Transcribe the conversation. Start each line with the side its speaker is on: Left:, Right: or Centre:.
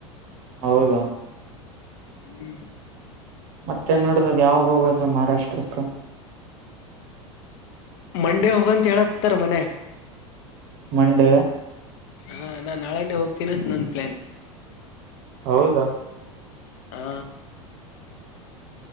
Right: ಹೌದಾ.
Left: ಹ್ಮ್.
Right: ಮತ್ತೆ ನಡದದ ಯಾವಾಗ ಹೋಗೋದು ಮಹಾರಾಷ್ಟ್ರಕ್ಕ
Left: ಮಂಡೇ ಹೋಗಂತ ಹೇಳತ್ತಾರ ಮನೆಗ್
Right: ಮಂಡ
Left: ಹಾ ನಾನ್ ನಾಳೆನೆ ಹೋಗ್ತೀನಂತ ನನ್ ಪ್ಲಾನ್.
Right: ಹೌದು.
Left: ಹಾ.